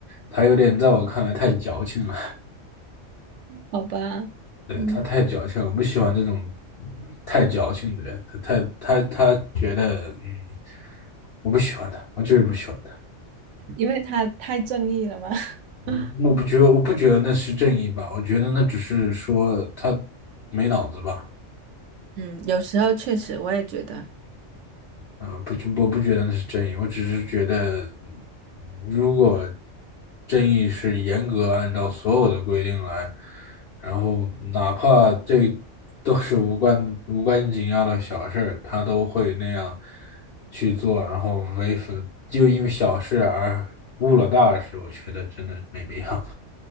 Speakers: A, on the left (about 55°); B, on the right (about 75°).
A: 他有点在我看来太矫情了。
B: 好吧，
A: 对，
B: 嗯，
A: 他太矫情了，我不喜欢这种嗯太矫情的人。他太他他觉得，嗯，我不喜欢他，我就是不喜欢他。
B: 因为他太正义了嘛。
A: 嗯，
B: <laughs>
A: 我不觉得我不觉得那是正义吧，我觉得那只是说他没脑子吧。
B: 嗯，有时候确实我也觉得，
A: 嗯，不觉，我不觉得那是正义，我只是觉得，嗯如果正义是严格按照所有的规定来，然后哪怕这都是无关无关紧要的小事儿，他都会那样去做，然后为反，就因为小事而误了大事，我觉得真的没必要。